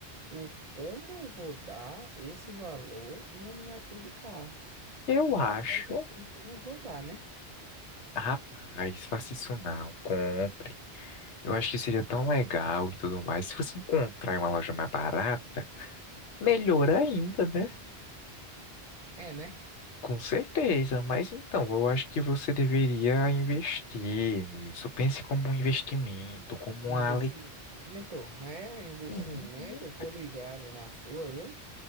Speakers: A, on the right (about 40°); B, on the left (about 85°).
A: o como eu vou dar esse valor em uma miniatura de carro.
B: Eu acho.
A: E pior que eu tô achando que eu não vou dar, né?
B: Rapaz, faça isso não. Compre. Eu acho que seria tão legal e tudo mais. Se você encontrar em uma loja mais barata, melhor ainda, né?
A: É, né?
B: Com certeza, mas então, eu acho que você deveria investir nisso. Pense como um investimento, como
A: Investimento,
B: uma
A: é, investimento,
B: Hum,
A: eu tô ligado na sua, viu?